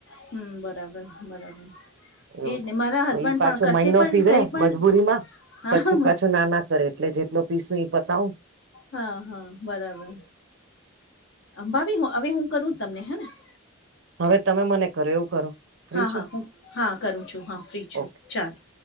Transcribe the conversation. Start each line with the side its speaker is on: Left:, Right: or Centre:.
Left: હમ બરાબર બરાબર.
Right: એવું
Left: એજ
Right: થાય
Left: ને મારા
Right: તો
Left: હસબન્ડ
Right: ઈ પાછો
Left: પણ કશે
Right: મહિનો
Left: પણ
Right: પીવે
Left: કઈ પણ
Right: મજબૂરી માં- -
Left: હા
Right: પછી પાછું ના ના કરે એટલે જેટલો પીસું એ પતાવું- -
Left: હા હા બરાબર ભાભી હવે હું કરું તમને હેને- -
Right: હવે તમે મને કરો એવું કરો? ફ્રી
Left: હા
Right: છો
Left: હા હું હા કરું છું હા ફ્રી છું
Right: ઓકે
Left: ચાલો.